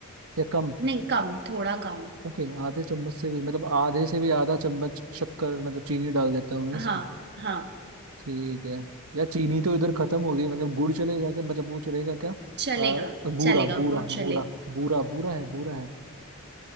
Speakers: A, on the right (about 80°); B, on the right (about 50°).
A: या कम
B: नहीं कम थोड़ा कम
A: ओके आधे चम्मच से भी मतलब आधे से भी आधा चम्मच शक्कर मतलब चीनी डाल देता हूँ मैं
B: हाँ
A: इसमें
B: हाँ
A: ठीक है या चीनी तो इधर खत्म हो गई मतलब गुड़ चलेगा क्या मतलब वो चलेगा क्या
B: चलेगा
A: अ, बूरा
B: चलेगा
A: बूरा
B: गुड़ चलेगा
A: बूरा बूरा बूरा है बूरा है